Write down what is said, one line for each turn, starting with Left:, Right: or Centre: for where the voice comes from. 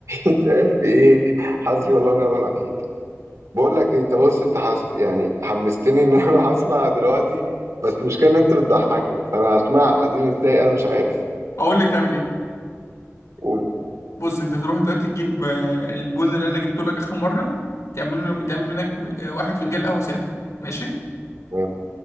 Right: يتقال في ايه حسبي الله ونعم الوكيل بقول لك ايه انت بص انت حس... يعني حمستني ان انا <laughs> اروح اسمع دلوقتي بس المشكله ان انت بتضحكني فانا هسمعها حزين ازاي انا مش عارف
Left: اقول لك تعمل ايه
Right: قول
Left: بص انت تروح دلوقتي تجيب آه، البن اللي انا جبته لك اخر مره تعمل له تعمل منك آه، واحد فنجان قهوه ساده ماشي
Right: تمام.